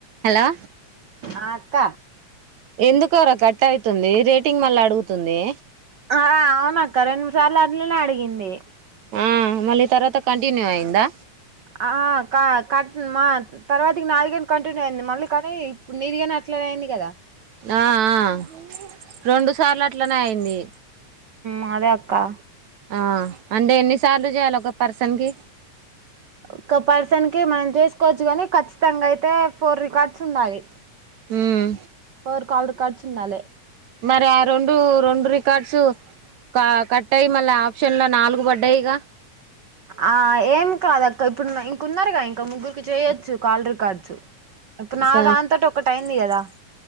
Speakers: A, on the right; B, on the right.
A: Hello
B: ఆ అక్క
A: ఎందుకు కర కట్ అయతుంది రేటింగ్ మళ్ళా అడుగుతుంది
B: ఆ అవున అక్క రెండుముడు సార్లు అట్లానే అడిగింది
A: ఆ మళ్ళీ తర్వాత కంటిన్యూ అయిందా
B: ఆ క కట్ మా తర్వాతి నదిగిని కంటిన్యూ అయింది మళ్ళీ కానీ ఇప్పుడు నీది గాన ఇట్లా పోయింది కదా
A: ఆ ఆ రెండు సార్లు అట్లనే అయింది
B: ఉ అదే అక్కా
A: ఆ అంటే ఎన్ని సార్లు చేయాలి ఒక పర్సన్ కి
B: ఒక పర్సన్ కి మనం చేసుకోవచ్చు కాని ఖచ్చితంగా అయితే ఫోర్ రికార్డ్స్ ఉండలి
A: ఉమ్
B: పోర్ కాల్ రికార్డ్స్ ఉండాలే
A: మరి ఆ రెండు రెండు రికార్డ్స్ క కట్టాయి మళ్ళీ ఆప్షన్ లో నాలుగు పడ్డాయిగా
B: ఆ ఏం కాదక్క ఇప్పుడు ఇంకన్నారుగా ఇంకా ముగ్గురు చేయొచ్చు కాల్ రికార్డ్స్ ఇప్పుడు నా
A: స
B: దానీతోటి ఒకటి అయింది కదా